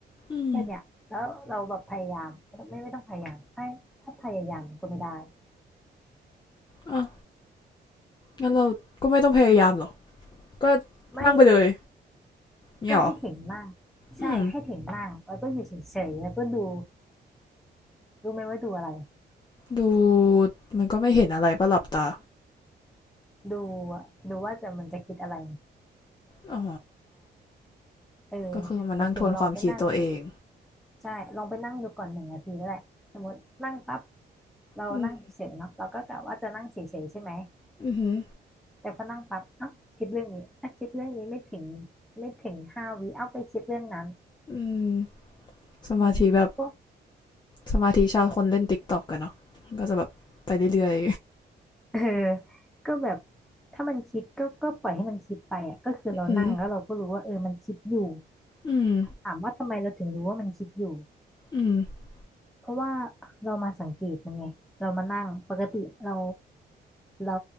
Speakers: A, on the left; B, in the centre.
A: อืม
B: แค่เนี้ยแล้วเราแบบพยายามไม่ไม่ไม่ต้องพยายามให้ถ้าพยายามก็ไม่ได้
A: อ่ะงั้นเราก็ไม่ต้องพยายามหรอกก็
B: ไม่
A: นั่งไปเลยเนี่ยเหรอ
B: ก็ให้ถึงมากใช่ให้ถึงมากแล้วก็อยู่เฉยๆแล้วก็ดู
A: อืม
B: รู้ไหมว่าดูอะไร
A: ดูมันก็ไม่เห็นอะไรปะหลับตา
B: ดูดูว่าจะมันจะคิดอะไร
A: อ๋อ
B: เออ
A: ก็คือมานั่งทวนความคิดตัวเอง
B: เดี๋ยวถิงลองไปนั่ง ใช่ลองไปนั่งดูก่อนหนึ่งนาทีแล้วแหละสมมตินั่งปั๊บเรานั่งเฉยเนาะเราก็กะว่าจะนั่งเฉยๆใช่ไหม
A: อืมอือหือ
B: แต่พอนั่งปั๊บเอ้าคิดเรื่องนี้อ่ะคิดเรื่องนี้ไม่ถึงไม่ถึงห้าวิเอาไปคิดเรื่องนั้น
A: อืมสมาธิแบบ
B: อืมพวก
A: สมาธิชาวคนเล่นติ๊กต็อกกันเนาะก็จะแบบไปเรื่อย
B: เออก็แบบถ้ามันคิดก็ก็ปล่อยให้มันคิดไปอ่ะก็คือเรานั่งแล้วเราก็รู้ว่าเออมันคิดอยู่
A: ๆอืมอืม
B: ถามว่าทำไมเราถึงรู้ว่ามันคิดอยู่
A: อืม
B: เพราะว่าเรามาสังเกตมันไงเรามานั่งปกติเรา เรา